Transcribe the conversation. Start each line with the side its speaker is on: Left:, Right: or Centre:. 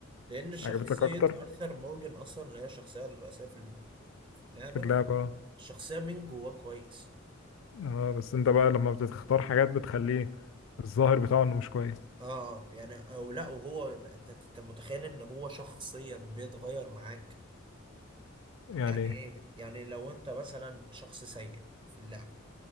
Right: لأن شخصية
Left: عجبتك اكتر
Right: أرثر مورجان أصلا اللي هي الشخصية الرئيسية في ال- في اللعبة
Left: في اللعبه
Right: شخصية من جواه كويس
Left: اه بس انت بقى لما بتختار حاجات بتخليه الظاهر بتاعه انه مش كويس
Right: اه يعني او لا وهو انت انت متخيل ان هو شخصيا بيتغير معاك
Left: يعني
Right: يعني
Left: إيه؟
Right: ايه يعني لو انت مثلا شخص سيء في اللعب